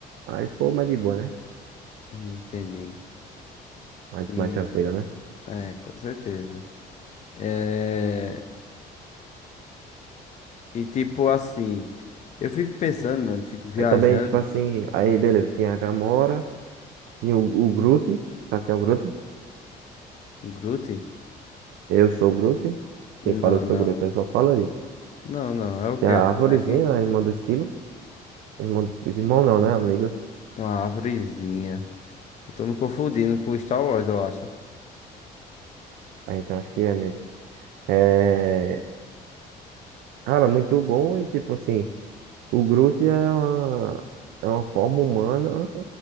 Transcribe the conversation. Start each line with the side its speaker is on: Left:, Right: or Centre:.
Right: aí ficou mais de boa, né?
Left: Hum, Entendi.
Right: Mais,
Left: E
Right: mais tranquila, né?
Left: é, com certeza. É, e tipo assim, eu fico pensando, mano, fico viajando.
Right: Aí também, tipo assim, aí beleza, tem a Gamora... E o, o Groot, sabe quem é o Groot?
Left: Um Groot?
Right: Eu sou o Groot. Quem
Left: Não,
Right: fala eu sou
Left: não.
Right: o Groot, ele só fala isso.
Left: Não, não. É o
Right: Que
Left: que?
Right: a
Left: É um
Right: arvorezinha,
Left: bonequinho?
Right: a irmã do esquilo. Irmão dos... Irmão não, né? Amigos.
Left: É Uma árvorezinha. Eu tô me confundindo com Star Wars, eu acho.
Right: Ah, então acho que é mesmo. É... Cara, muito bom. E tipo assim, o Groot é uma, é uma forma humana,